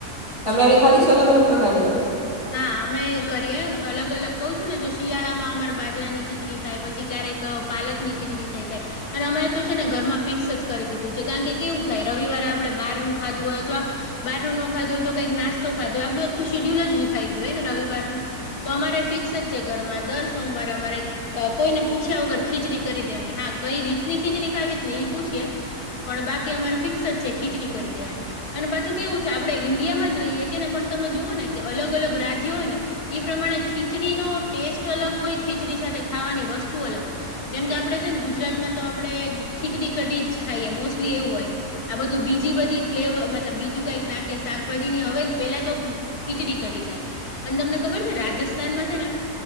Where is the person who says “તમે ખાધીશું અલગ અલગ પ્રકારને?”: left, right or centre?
Right